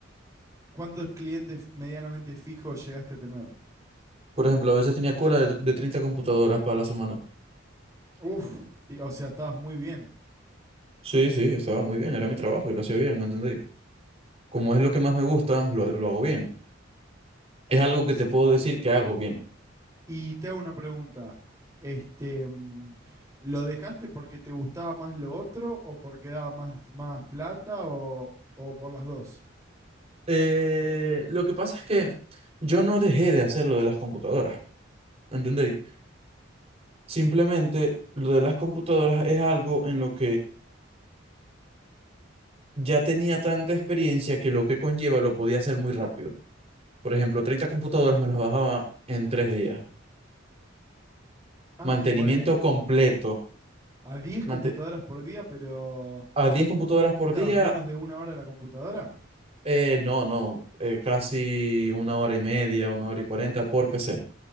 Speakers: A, on the right; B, on the right.
A: ¿cuántos clientes medianamente fijos llegaste a tener?
B: Por ejemplo, a veces tenía cola de, de 30 computadoras para la semana.
A: Uf, y- o sea, estabas muy bien.
B: Sí, sí, estaba muy bien, era mi trabajo y lo hacía bien, ¿me entendéis? Como es lo que más me gusta, lo, lo hago bien. Es algo
A: Claro,
B: que
A: claro.
B: te puedo decir que hago bien.
A: Y te hago una pregunta. Este, mm, ¿lo dejaste porque te gustaba más lo otro o porque daba más, más plata o, o por las dos?
B: Eh, lo que pasa es que yo no dejé de hacer lo de las computadoras, ¿me entendéis? Simplemente lo de las computadoras es algo en lo que ya tenía tanta experiencia que lo que conlleva lo podía hacer muy rápido. Por ejemplo, 30 computadoras me las bajaba en tres días.
A: Ah,
B: Mantenimiento
A: bueno.
B: completo.
A: A 10
B: mante-
A: computadoras por día, pero
B: a 10 computadoras por
A: ¿qué estabas?
B: día,
A: ¿Menos de una hora en la computadora?
B: eh, no, no, eh, casi una hora y media, una hora y cuarenta por PC.